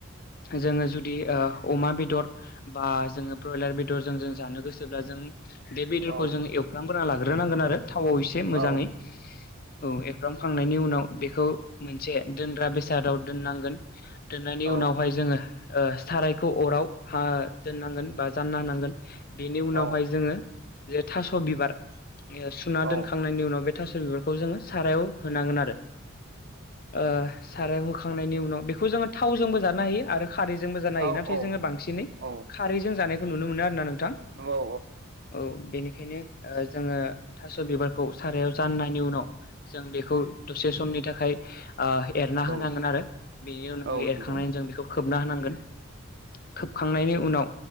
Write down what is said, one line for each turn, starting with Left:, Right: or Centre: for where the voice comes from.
Left: जोङो जुदि ओ अमा बेदर बा जोङो ब्रयलार बेदर जों जों जानो गोसोब्ला जों बे बेदरखौ
Right: औ
Left: जों एवफ्रांगोना लाग्रोनांगोन आरो। थावाव एसे मोजाङै
Right: औ
Left: औ एख्राम खांनाय नि उनाव बेखौ मोनसे दोनग्रा बेसादाव दोननांगोन। दोननायनि
Right: औ
Left: उनावहाय जोङो ओ सारायखौ अराव हा दोननांगोन बा जानना होनांगोन। बेनि उनावहाय
Right: औ
Left: जोङो जे थास' बिबार सुना
Right: औ
Left: दोनखांनायनि उनाव बे थास' बिबारखौ जोङो सारायाव होनांगोन आरो ओ सारायाव होखांनायनि उनाव बेखौ जोङो थावजोंबो जानो हायो आरो खारैजोंबो जानो हायो
Right: औ
Left: नाथाय
Right: औ
Left: जोङो बांसिनै
Right: औ
Left: खारैजों जानायखौ नुनो मोनो आरोना नों थां
Right: नुनो
Left: औ बेनिखायनो ओ जोङो थास' बिबारखौ सारायाव जाननायनि उनाव जों बेखौ दसे समनि थाखाय ओ एरना
Right: मोनो
Left: होनांगोन
Right: औ
Left: आरो बेनि उनावाय
Right: औ नंगौ
Left: एरखांनानै
Right: औ
Left: जों बेखौ खोबना होनांगोन। खोबखांनायनि उनाव